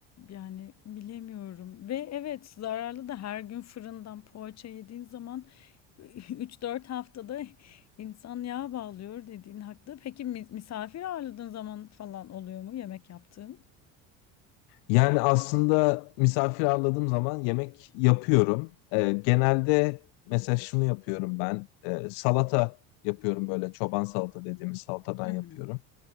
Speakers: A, on the left (about 45°); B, on the left (about 80°).
A: Yani bilemiyorum. Ve evet zararlı da her gün fırından poğaça yediğin zaman <laughs> üç dört haftada insan yağ bağlıyor dediğin haklı. Peki mi- misafir ağırladığın zaman falan oluyor mu yemek yaptığın?
B: Yani aslında misafir ağırladığım zaman yemek yapıyorum. Ee, genelde mesela şunu yapıyorum ben. Ee, salata yapıyorum böyle çoban salata dediğimiz salatadan
A: Hı hı.
B: yapıyorum.